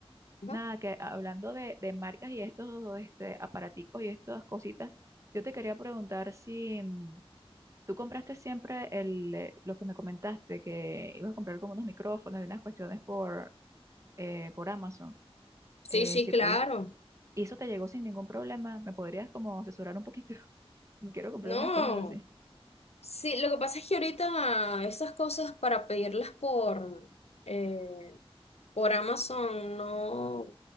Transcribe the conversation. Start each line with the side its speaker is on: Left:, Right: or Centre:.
Left: Ajá.
Right: Nada, que hablando de, de marcas y estos este, aparaticos y estas cositas, yo te quería preguntar si mm, tú compraste siempre el, eh, lo que me comentaste, que ibas a comprar como unos micrófonos y unas cuestiones por, eh, por Amazon.
Left: Sí,
Right: Eh,
Left: sí,
Right: si
Left: claro.
Right: pudiste, y eso te llegó sin ningún problema, ¿me podrías como asesorar un poquito? <laughs> Quiero comprar
Left: No,
Right: unas cosas así.
Left: sí, lo que pasa es que ahorita esas cosas para pedirlas por, eh, Por Amazon no,